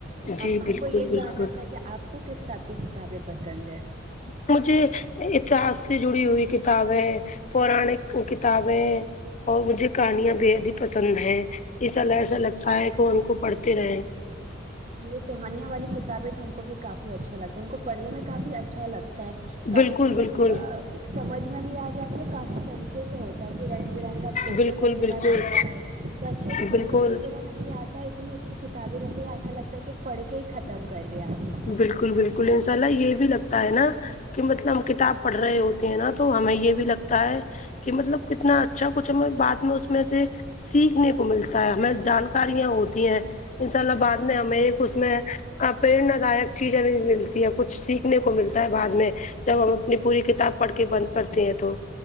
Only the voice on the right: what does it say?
ہم
ہم
کو یہ
جاننا تھا کہ آپ کو کسب کی کتابیں پسند ہے
یہ کہانیاں والی کتابیں تو ہم کو بھی کافی اچھا لگتا ہے ان کو پڑنے میں کافی اچھا لگ کف
کافی چیزیں
ا سمجھ میں بھی آ جاتی ہے کافی سے ہوتا ہے کہ رنگ برنگ کا فوٹو
وغیرہ
رہتا ہے تو اچھے تو
سمجھ وغیرہ میں نہیں آپ اتنی اچھی کتابیں رہتی ہیں ایسا لگتا ہے کہ پڑھ کے ہی ختم کر دے اج ہی